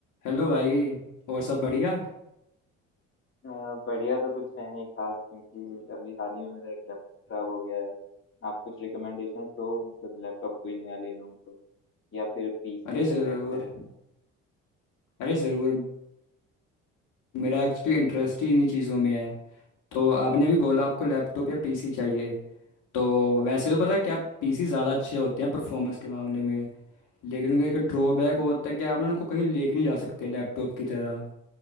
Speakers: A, on the left (about 65°); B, on the left (about 40°).
A: Hello भाई और सब बढ़िया
B: अ, बढ़िया तो कुछ है नहीं खास क्योंकि अभी हाल ही में मेरा एक लैपटॉप खराब हो गया है। आप कुछ रिकमेंडेशंस दो मतलब लैपटॉप कोई नया ले लूँ तो या फिर पीसी
A: अरे
B: अगर
A: ज़रूर
B: बेहतर है तो
A: अरे ज़रूर मेरा एक्चुअली इंटरेस्ट ही इन्हीं चीज़ों में है तो आपने भी बोला आपको लैपटॉप या पीसी चाहिए तो वैसे तो पता है क्या पीसी ज़्यादा अच्छे होते हैं परफॉर्मेंस के मामले में लेकिन उनका एक ड्रॉबैक होता है कि आप ना उनको कहीं लेके नहीं जा सकते लैपटॉप की तरह